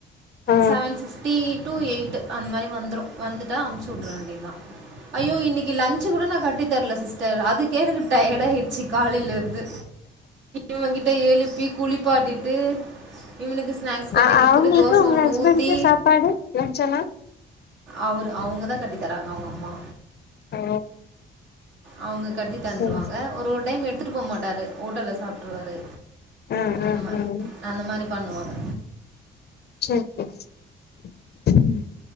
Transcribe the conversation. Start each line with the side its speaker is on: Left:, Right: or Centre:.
Left: ஆ
Right: செவன் ஃப்ட்டி டு எயிட் அந்த மாரி வந்துரு வந்துட்டா அமுச்சு வுட்ற வேண்டியிதுதா ஐயோ இன்னைக்கு லன்ச் கூட நா கட்டித்தரல சிஸ் டர் அதுக்கே எனக்கு டயர்ட் ஆயிடுச்சு காலையில இருந்து இவங்கிட்ட எழுப்பி குளிப்பாட்டிட்டு இவனுக்கு ஸ்நாக்ஸ் கட்டி
Left: அ
Right: குடுத்துட்டு
Left: அவங்களுக்கு
Right: தோச
Left: உங்க
Right: ஒன்னு
Left: ஹஸ்பண்ட்க்கு
Right: ஊத்தி
Left: சாப்பாடு லன்ச் எல்லா
Right: அவரு அவங்கதா கட்டி தராங்க அவ்ங்க அம்மா
Left: ஓ
Right: அவங்க கட்டி தந்துருவாங்க
Left: சரி சரி
Right: ஒரு ஒரு டைம் எடுத்துட்டு போ மாட்டாரு ஹோட்டல்ல சாப்ட்டுருவாரு
Left: ஆ
Right: அந்த
Left: ஆ
Right: மாரி
Left: ஆ
Right: அந்த மாரி பண்ணுவாங்க
Left: சேரி சேரி ம்